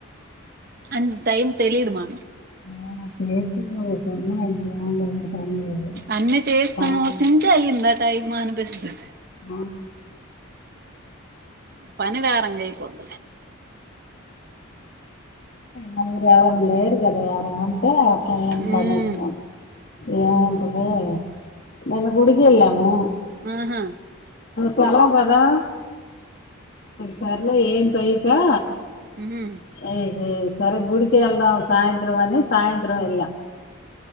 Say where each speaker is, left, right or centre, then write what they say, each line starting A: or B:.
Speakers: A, on the right; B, on the left.
A: అండ్ టైం తెలీదు మా
B: <unintelligible>
A: అన్నీ చేస్తాను.
B: ఆ
A: ఒక ఇంచే అయ్యింద ఆ తాయి మనీపిస్త
B: అ
A: పని వరంగకాయి పోంద
B: నలుగురు యారాలు లేరు గద ఎవరన్నఉంటే పల్లం
A: ఉమ్
B: పని ఎక్కువనా ఏముంటది. నిన్న గుడికి ఎళ్ళాము.
A: ఉహ్
B: సెలవు కదా సర్లే ఏం తొయకా
A: ఉమ్
B: ఏ సరే గుడికి వెళ్దాం సాయంత్రం అని సాయంత్రం ఏళ్ళా